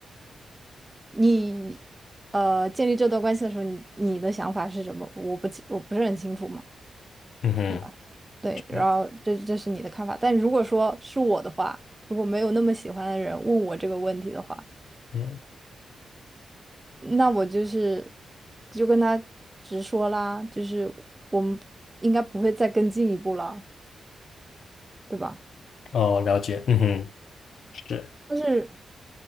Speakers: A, on the right; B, on the left.
A: 你呃建立这段关系的时候，你你的想法是什么？我不清我不是很清楚嘛，
B: 嗯哼，
A: 对吧？对，然后这这是你的看法，
B: 对，
A: 但如果说是我的话，如果没有那么喜欢的人问我这个问题的话。
B: 嗯，
A: 那我就是就跟他直说啦，就是我们应该不会再更进一步了，对吧？
B: 哦，了解，嗯哼，是，
A: 但是，